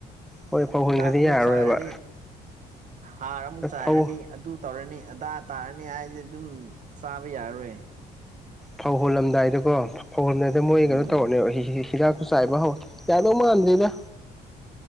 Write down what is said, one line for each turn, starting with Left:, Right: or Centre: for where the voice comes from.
Centre: ꯍꯣꯏ ꯐꯧ
Right: ꯍꯤꯗꯥꯛ
Centre: ꯍꯨꯟꯈ꯭ꯔꯗꯤ
Right: ꯑꯃꯨꯛ
Centre: ꯌꯥꯔꯔꯣꯏꯕ
Right: ꯆꯥꯏꯔꯅꯤ ꯍꯥꯔ ꯑꯃꯨꯛ ꯆꯥꯏꯔꯅꯤ
Centre: ꯐꯧ
Right: ꯑꯗꯨ ꯇꯧꯔꯅꯤ ꯑꯗꯥ ꯇꯥꯔꯅꯤ ꯍꯥꯏꯁꯦ ꯑꯗꯨꯝ ꯆꯥꯕ ꯌꯥꯔꯔꯣꯏ
Centre: ꯐꯧ ꯍꯣꯜꯂꯝꯗꯥꯏꯗꯀꯣ ꯐꯧꯍꯜꯂꯝꯗꯥꯏꯗ ꯃꯣꯏ
Right: ꯎꯝ
Centre: ꯀꯩꯅꯣ ꯇꯧꯔꯅꯦꯕ ꯍꯤꯗꯥꯛꯁꯨ ꯆꯥꯏꯕ ꯍꯧꯋꯦ ꯌꯥꯗꯣ ꯃꯥꯥꯟꯗꯗ